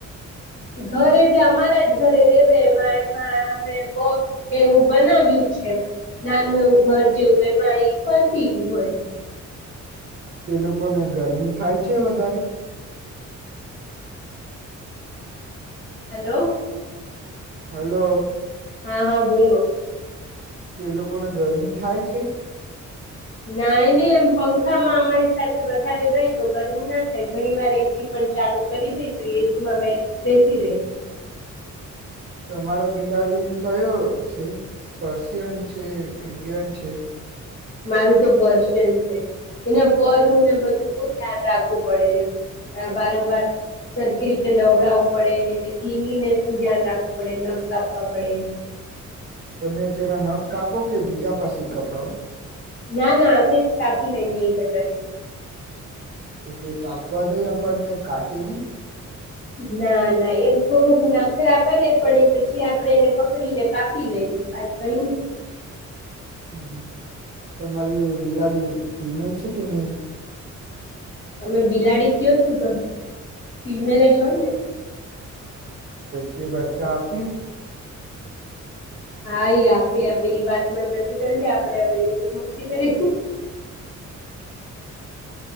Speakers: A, on the left; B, on the right.
A: ઘર એટલે અમારા જ ઘરે રેવે એમાં અમે બો એવું બનાવ્યું છે. નાનું એવું ઘર જેવું એમાં એઈ ફરતી હોય.
B: એ લોકોને ગરમી થાય છે, વધારે
A: હેલો.
B: હલો.
A: હા, હા, બોલો.
B: કે એ લોકોને ગરમી થાય છે?
A: ના, એને એમ પંખામાં અમારી સાથે વધારે રહી તો ગરમી ના થાય ઘણી વાર એસી પ પણ ચાલુ કરી દે તો એસીમાં બેસી રેય.
B: <inaudible> તમારે બિલાડી કયો છે પર્શિયન છે? ઈન્ડિયન છે?
A: મારું તો પર્શિયન છે એના ફરનું ને બધું બો ધ્યાન રાખ પડેને વારંવાર સરખી રીતે નવડાવવું પડે ને એને કીનીને ધ્યાન રાખવું પડે નખ કાપવા પડે
B: તમે તેના નખ કાપો? કે બીજા પાસે કપાવ
A: ના-ના અમે જ કાપી લઈને કટરથી
B: તો તે કાપવા દઈ આપણને કાટે ની
A: ના-ના એમ થોડુંક નાખરા કરે પણ એ પછી આપણને એને પકડીને કાપી લેય કઈ નહીં
B: હમ તમારી બિલાડી ફિમેલ છે કે મેલ?
A: તમે બિલાડી કયો છો ત ફિમેલ જ હોય ને
B: તે બચ્ચા આપી
A: હા ઈ આપે હ ઈ વાત મન નથી કરવી આપડે હવે મૂકી દઈ
B: <inaudible>